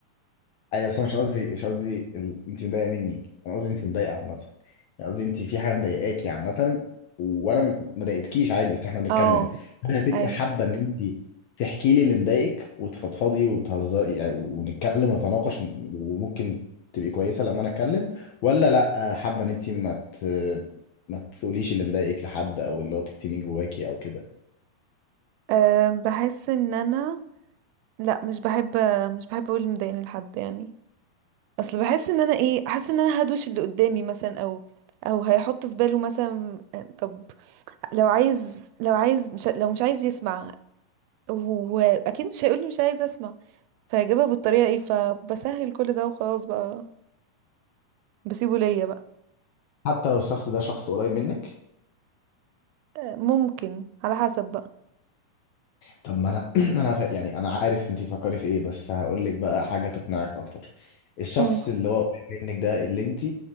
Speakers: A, on the left; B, on the right.
A: ايوه بس أنا مش قصدي مش قصدي ال... انت مضايقه مني انا قصدي انت متضايقه عامه يعني قصدي انت في حاجه مضايقاكي عامه وانا م- ما ضايقتكيش عادي بس احنا بنتكلم
B: اه
A: ممكن هتبقي
B: ايوه
A: حابه ان انت تحكي لي اللي مضايقك وتفضفضي وتهزري يعني ونتكلم ونتناقش وممكن تبقي كويسه لما انا اتكلم ولا لا حابه ان انت ما ت... ما تقوليش اللي مضايقك لحد او اللي هو تكتميه جواكي او كده
B: أم، بحس ان انا لا مش بحب مش بحب اقول اللي مضايقني لحد يعني اصل بحس ان انا ايه حاسه ان انا هدوش اللي قدامي مثلا او او هيحط في باله مثلا أه، طب لو عايز لو عايز مش لو مش عايز يسمع واكيد مش هيقولي مش عايز اسمع فهجيبها بالطريقه ايه فبسهل كل ده وخلاص بقى بسيبه ليا بقى
A: حتى لو الشخص ده شخص قريب منك
B: أه، ممكن على حسب بقى
A: طب ما انا <clears throat> انا ف- يعني انا عارف انت بتفكري في ايه بس هقول لك بقى حاجه تقنعك اكتر الشخص
B: مم. شخص
A: اللي هو قريب منك ده اللي انت